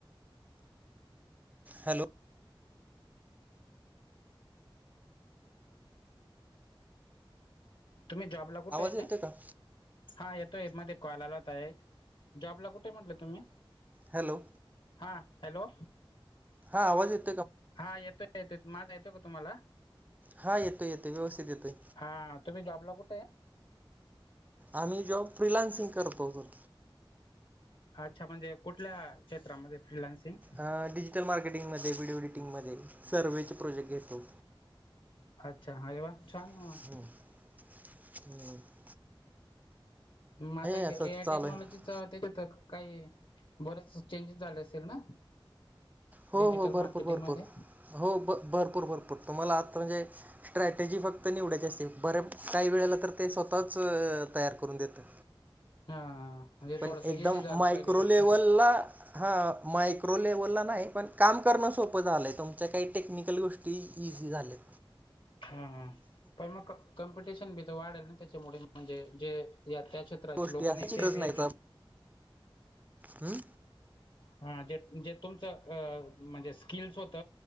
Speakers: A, on the right; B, on the left.
A: हॅलो.
B: तुम्ही जॉबला कुठय?
A: <unintelligible> त का?
B: हा, येतोय मध्ये कॉल आला होत एक, जॉबला कुठ म्हटला तुम्ही?
A: हॅलो.
B: हा, हॅलो.
A: हा, आवाज येत
B: हा, येतोय येतोय, माझा येतो का तुम्हाला?
A: हा येतोय येतोय व्यवस्थित येतोय
B: हा, तुम्ही जॉबला कुठय?
A: आम्ही जॉब, फ्रीलान्सिंग करतो <unintelligible>
B: अच्छा, म्हणजे कुठल्या क्षेत्रामध्ये. फ्रीलान्सिंग?
A: अं डिजिटल मार्केटिंग मध्ये, विडिओ एडिटिंग मध्ये, सर्ववेचे प्रोजेक्ट घेतो.
B: अच्छा, अरे वा! छान आहे
A: हो,
B: मग.
A: <unintelligible>
B: मग आता
A: असं
B: हे, ए आय
A: चालू
B: टेक्नॉलॉजी
A: आहे
B: च <unintelligible> काही बरेच चेंजेस झाले असेल ना.
A: हो
B: डिजिटल
A: हो, भरपूर
B: मार्केटिंग
A: भरपूर.
B: मध्ये?
A: हो ब भरपूर भरपूर तुम्हाला आता म्हणजे स्ट्रॅटेजी फक्त निवडायची असेल बर्या काही वेळेला तर ते स्वतःच तयार करून देतात.
B: हा. म्हणजे
A: पण
B: थोडस इझी
A: एकदम
B: झालं
A: मायक्रो
B: पहिल्यापेक्षा
A: लेव्हलला हा मायक्रोलेवलला नाही पण काम करणं सोपं झालंय तुमच्या काही टेक्निकल गोष टी इझी झालेत.
B: <inaudible> हा ह पण मग कॉम्पिटिशन बी तर वाढेल ना त्याच्यामुळे म्हणजे जे त्याच्यात त्राची
A: गोष्टी
B: लोक
A: असायची
B: नई तेबी
A: गरज नाही
B: येतील.
A: हम्म
B: हा जे - जे तुमच म्हणजे अ स्कील्स होत.